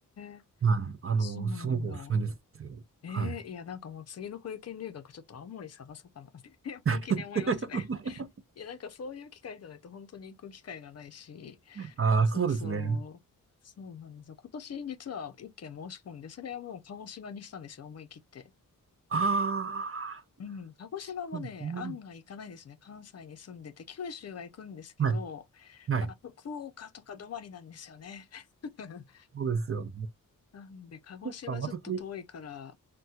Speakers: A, on the left; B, on the right.
A: え、
B: はいあの、
A: そうなんだ。
B: すごくおすすめですよ。
A: ええいや、
B: はい。
A: なんかもう次の保育園留学ちょっと青森探そうかなって <laughs> 本気で思いましたね。
B: <laughs>
A: <laughs> いや、なんかそういう機会じゃないと本当に行く機会がないし、
B: ああ、
A: そうそう、
B: そうですね。
A: そうなんですよ。今年実は一件申し込んで、それはもう鹿児島にしたんですよ、思い切って。
B: あああ、
A: うん、鹿児島もね、
B: そうですね
A: 案外行かないですね。関西に住んでて、九州は行くんですけど、
B: はい。はい。
A: まあ、福岡とか止まりなんですよね。<laughs>
B: そうですよね。
A: なんで、鹿児島ちょっと遠いから、
B: そうか、私、